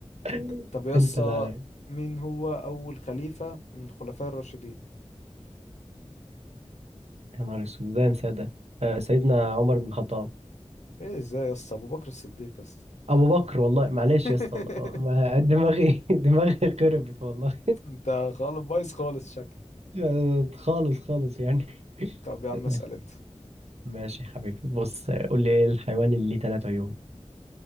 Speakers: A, on the right; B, on the left.
A: <laughs>
B: طب يس
A: انت اللي عليك
B: مين هو اول خليفه من الخلفاء الراشدين
A: يا نهار اسود ازاي انسى ده آه، سيدنا عمر بن الخطاب
B: ايه ازاي يس ابو بكر الصديق يس
A: ابو بكر والله معلش
B: <laughs>
A: يا اسطى والله. ما- دماغي <laughs> دماغي خربت والله
B: انت خالص بايظ خالص شكل
A: <laughs> خالص خالص يعني
B: طب يا عم
A: <laughs>
B: اسال انت
A: ماشي يا حبيبي بص قول لي ايه الحيوان اللي ليه تلات عيون